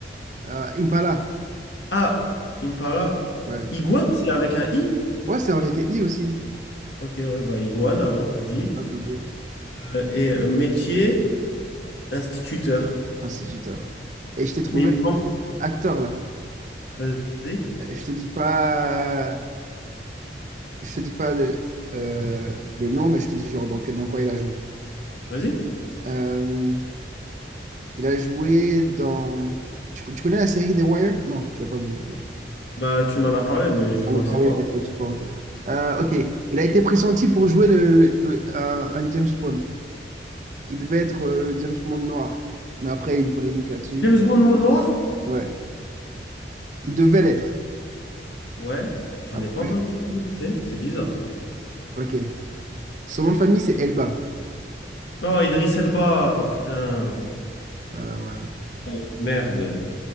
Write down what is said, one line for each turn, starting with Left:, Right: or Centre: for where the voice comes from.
Right: Euh, Impala.
Left: Ah, Impala.
Right: Ouais.
Left: Iguane, c'est avec un I?
Right: Ouais, c'est avec un I aussi.
Left: Ok, ouais, bah iguane alors, je dis.
Right: Ah, bien joué.
Left: Euh, et euh, métier, instituteur.
Right: instituteur. Et je t'ai trouvé
Left: Mais il me manque.
Right: acteur là.
Left: Vas-y.
Right: Je te dis pas, je te dis pas le, euh, le nom, mais je te dis genre dans, quel- dans quoi il a joué.
Left: Vas-y.
Right: Euh, il a joué dans. Tu, tu connais la série The Wire? Non, tu l'as pas vu.
Left: Bah, tu m'en as parlé, mais je vois
Right: On en a parlé,
Left: que c'est quoi.
Right: mais toi, tu parles encore. Euh, ok. Il a été pressenti pour jouer le, le- le- un, un James Bond. Il devait être euh, le James Bond noir. Mais après, il y a eu une polémique là-dessus.
Left: James Bond mon noir?
Right: Ouais. Il devait l'être.
Left: Ouais, j'en
Right: Après,
Left: ai pas entendu parler, tu sais, c'est bizarre.
Right: ok. Son nom de famille, c'est Elba.
Left: Oh, Idriss Elba, ah, putain.
Right: Voilà, voilà.
Left: Oh, merde.